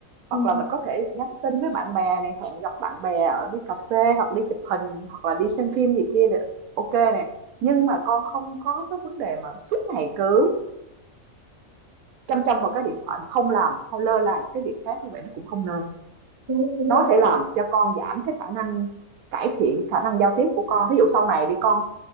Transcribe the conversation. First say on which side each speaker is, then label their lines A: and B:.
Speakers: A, on the right; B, on the right.
A: Ừ.
B: hoặc là mình có thể nhắn tin với bạn bè này, hẹn gặp bạn bè ở đi cà phê hoặc đi chụp hình hoặc là đi xem phim gì kia này, ok nè. Nhưng
A: Ừ.
B: mà con không có cái vấn đề mà suốt ngày cứ chăm chăm vào cái điện thoại mà không làm không lơ là những cái việc khác như vậy nó cũng không nên
A: Đúng, đúng,
B: nó sẽ làm cho con giảm cái khả năng cải thiện khả năng giao tiếp của con ví dụ sau này đi con